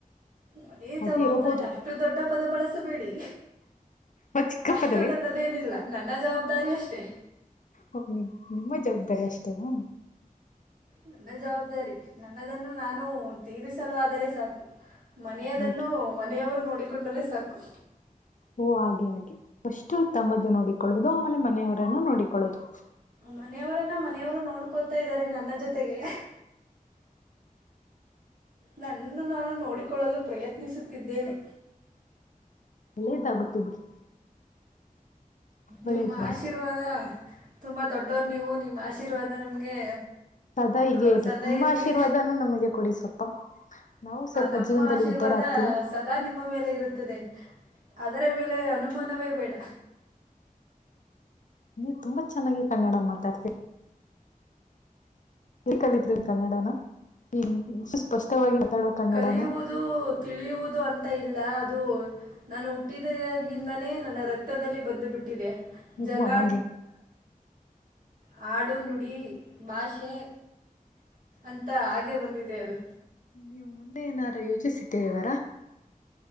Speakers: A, on the right; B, on the left.
A: ಮನೆ
B: ಅದೇ
A: ಜವಾಬ್ದಾರಿ
B: ಇರಬಹುದು
A: ಅಷ್ಟು ದೊಡ್ಡ ಪದ ಬಳಸಬೇಡಿ
B: ಚಿಕ್ಕ
A: ಅಷ್ಟು
B: ಪದವೇ
A: ದೊಡ್ಡ ದೆನಿಲ್ಲ ನನ್ನ ಜವಾಬ್ದಾರಿ ಅಷ್ಟೇ.
B: ಓ ಓ ನಿಮ್ಮ ಜವಾಬ್ದಾರಿ ಅಷ್ಟೇನಾ
A: ನನ್ನ ಜವಾಬ್ದಾರಿ ನನ್ನದನ್ನು ನಾನು ತೀರಿಸಲು ಆದರೆ ಸಾಕು ಮನೆಯದನ್ನು
B: ಹಾಗೆ
A: ಮನೆಯವರು ನೋಡಿಕೊಂಡರೆ ಸಾಕು
B: ಓ ಹಾಗೆ ಹಾಗೆ ಪಸ್ಟು ತಮ್ಮದು ನೋಡಿಕೊಳ್ಳೋದು ಆಮೇಲೆ ಮನೆಯವರನ್ನು ನೋಡಿಕೊಳ್ಳೋದು
A: ಮನೆಯವರನ್ನು ಮನೆಯವರು ನೋಡ್ಕೊಳ್ತಾ ಇದಾರೆ ನನ್ನ ಜೊತೆಗೆ ಹ್ನ್ಮ್ ನನ್ನನ್ನು ನಾನು ನೋಡಿಕೊಳ್ಳಲು ಪ್ರಯತ್ನಿಸುತ್ತಿದ್ದೇನೆ.
B: ಒಳ್ಳೇದಾಗುತ್ತೆ ಬಿಡಿ ಒಳ್ಳೇದಾಗುತ್ತೆ
A: ನಿಮ್ಮ ಆಶೀರ್ವಾದ ತುಂಬ ದೊಡ್ಡವರು ನೀವು ನಿಮ್ಮ ಆಶೀರ್ವಾದ ನಮಗೆ
B: ಸದಾ ಹೀಗೇ
A: ಆ,
B: ಇರ್ಲಿ
A: ಸದಾ
B: ನಿಮ್ಮ
A: ಇರಲಿ
B: ಆಶೀರ್ವಾದನು ನಮಗೆ ಕೊಡಿ ಸ್ವಲ್ಪ ನಾವು ಸ್ವಲ್ಪ
A: ನಮ್ಮ
B: ಜೀವನದಲ್ಲಿ
A: ಆಶೀರ್ವಾದ
B: ಉದ್ಧಾರ ಆಗ್ತಿವಿ
A: ಸದಾ ನಿಮ್ಮ ಮೇಲೆ ಇರುತ್ತದೆ ಅದರ ಮೇಲೆ ಅನುಮಾನವೇ ಬೇಡ
B: ನೀವು ತುಂಬಾ ಚೆನ್ನಾಗಿ ಕನ್ನಡ ಮಾತಾಡ್ತೀರ ಎಲ್ಲಿ ಕಲತ್ರಿ ಕನ್ನಡನಾ ಹ್ಮ್ ಇಷ್ಟು ಸ್ಪಷ್ಟವಾಗಿ ಮಾತಾಡುವ ಕನ್ನಡನ
A: ಕಲಿಯುವುದು ಅದು ತಿಳಿಯುವುದು ಅಂತ ಇಲ್ಲ ಅದು ನಾನು ಹುಟ್ಟಿದಾಗಿಂದಾನೆ ನನ್ನ ರಕ್ತದಲ್ಲಿ ಬಂದು ಬಿಟ್ಟಿದೆ
B: ಓ
A: ಜಲ
B: ಹಾಗೆ
A: ಹಾಡು ನುಡಿ ಭಾಷೆ ಅಂತ ಹಾಗೆ ಬಂದಿದೆ ಅದು
B: ನೀವು ಮುಂದೆ ಏನಾರು ಯೋಚಿಸಿದ್ದೀರಿವರಾ